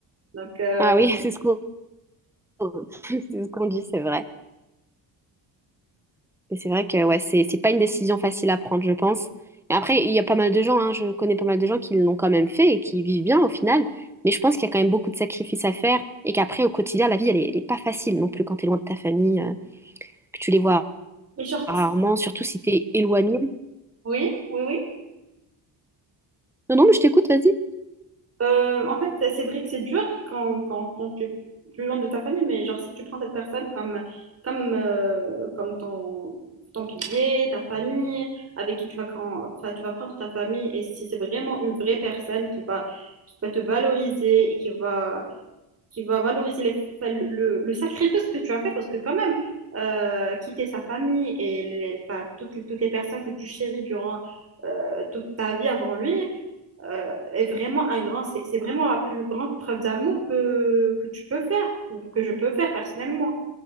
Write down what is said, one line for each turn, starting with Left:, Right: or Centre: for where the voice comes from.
Right: Donc, euh,
Centre: Ah oui, <laughs> c'est ce qu'on <laughs> c'est ce qu'on dit, c'est vrai. Mais c'est vrai que ouais, c'est c'est pas une décision facile à prendre, je pense. Et après, il y a pas mal de gens, hein, je connais pas mal de gens qui l'ont quand même fait et qui vivent bien au final. Mais je pense qu'il y a quand même beaucoup de sacrifices à faire et qu'après, au quotidien, la vie, elle est, elle est pas facile non plus quand t'es loin de ta famille, euh, que tu les vois
Right: mais genre,
Centre: rarement,
Right: si,
Centre: surtout si t'es éloigné.
Right: oui, oui, oui.
Centre: Non, non, mais je t'écoute, vas-y.
Right: Euh, en fait, c'est vrai que c'est dur quand, quand, quand tu es plus loin de ta famille, mais genre si tu prends cette personne comme, comme, euh, comme ton, ton pilier, ta famille, avec qui tu vas, cran- enfin, tu vas prendre ta famille, et si c'est vraiment une vraie personne qui va, qui va te valoriser et qui va, qui va valoriser les, enfin, le, le- le sacrifice que tu as fait, parce que quand même, euh, quitter sa famille et les- enfin, toutes, les- toutes les personnes que tu chéris durant euh, toute ta vie avant lui, euh, est vraiment un grand, c'est c'est vraiment la plus grande preuve d'amour que, que tu peux faire, ou que je peux faire personnellement.